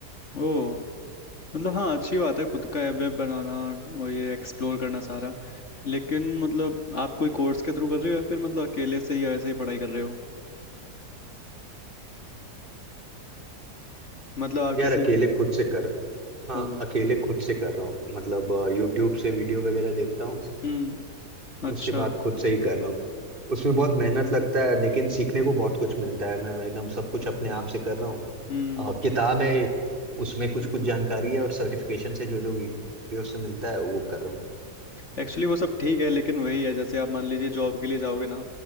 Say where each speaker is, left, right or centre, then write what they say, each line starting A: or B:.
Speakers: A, on the left; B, on the right.
A: ओ मतलब हाँ अच्छी बात है खुद का ऐप वेब बनाना और ये एक्सप्लोर करना सारा लेकिन मतलब आप कोई कोर्स के थ्रू कर रहे हो या फिर मतलब अकेले से ही ऐसे ही पढ़ाई कर रहे हो मतलब आप
B: यार
A: किसी
B: अकेले खुद से कर हाँ
A: ओ
B: अकेले खुद से कर रहा हूँ मतलब यूट्यूब से वीडियो वगैरह देखता हूँ
A: हम्म अच्छा
B: उसके बाद खुद से ही कर रहा हूँ उसमें बहुत मेहनत लगता है लेकिन सीखने को बहुत कुछ मिलता है मैं एकदम सब कुछ अपने आप से कर रहा हूँ
A: हम्म
B: अ, किताब है एक उसमें कुछ कुछ जानकारी है और सर्टिफिकेशन से जो जो वीडियो से मिलता है वो कर रहा हूँ
A: एक्चुअली वो सब ठीक है लेकिन वही है जैसे आप मान लीजिए जॉब के लिए जाओगे ना